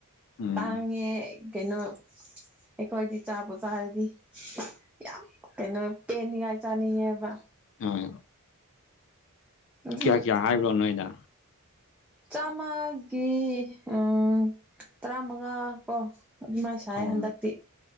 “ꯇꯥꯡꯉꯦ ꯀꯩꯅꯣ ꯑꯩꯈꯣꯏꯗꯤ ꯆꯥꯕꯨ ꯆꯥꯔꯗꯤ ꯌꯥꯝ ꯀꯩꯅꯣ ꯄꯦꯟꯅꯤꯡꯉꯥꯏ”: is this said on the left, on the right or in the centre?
Centre